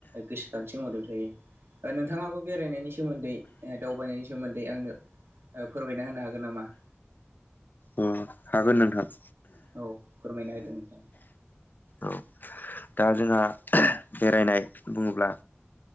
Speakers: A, on the right; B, on the left.
A: गोसोखांथि महरैबो थायो। नोंथाङाबो बेरायनायनि सोमोन्दै दावबायनायनि सोमोन्दै आंनो ओ फोरमायना होनो हागोन नामा?
B: अ हागोन नोंथां।
A: औ फोरमायना होदों नोंथां।
B: औ दा जोंहा बेरायनाय बुङोब्ला